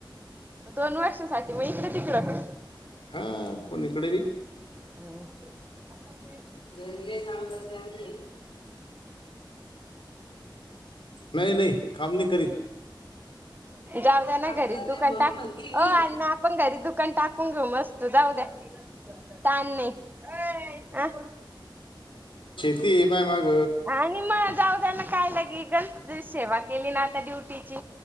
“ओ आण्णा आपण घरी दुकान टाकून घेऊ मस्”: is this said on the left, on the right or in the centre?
Right